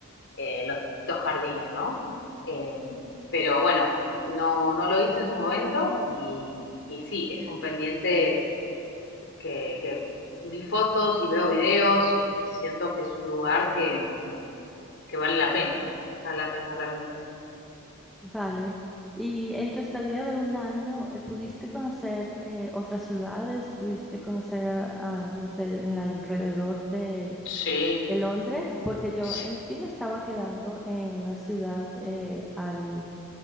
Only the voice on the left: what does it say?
eh, los distintos jardines, ¿no? Em, pero bueno, no, no lo hice en su momento y, y sí, es un pendiente que, que vi fotos y veo videos y siento que es un lugar que, que vale la pena, vale la pena realmente.
Sí,
sí.